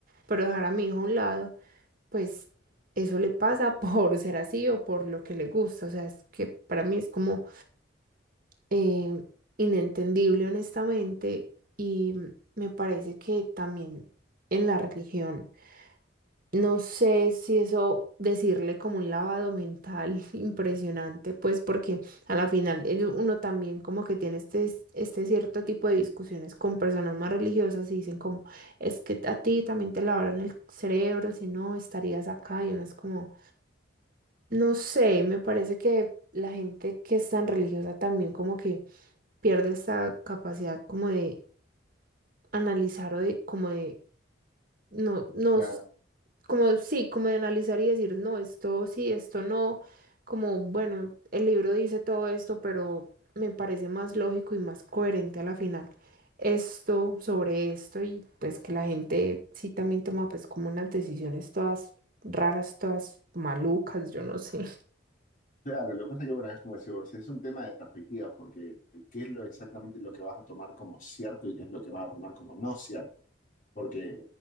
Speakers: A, on the right; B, on the left.
A: pero dejar a mi hijo a un lado, pues eso le pasa <laughs> por ser así o por lo que le gusta, o sea, es que para mí es como eh, inentendible honestamente y me parece que también en la religión, no sé si eso decirle como un lavado mental <laughs> impresionante, pues porque a la final ello- uno también como que tiene este, este cierto tipo de discusiones con personas más religiosas y dicen como, es que a ti también te lavaron el cerebro, si no estarías acá y uno es como, no sé, me parece que la gente que es tan religiosa también como que pierde esta capacidad como de analizar o de como de no, no,
B: Claro,
A: s- como sí, como de analizar y decir, no, esto sí, esto no, como bueno, el libro dice todo esto, pero me parece más lógico y más coherente a la final esto sobre esto y pues que la gente sí también toma pues como unas decisiones todas raras, todas malucas, yo no sé.
B: claro, lo que pasa es que, bueno, es como decís vos, es un tema de perspectivas, porque qué es lo exactamente lo que vas a tomar como cierto y qué es lo que vas a tomar como no cierto. porque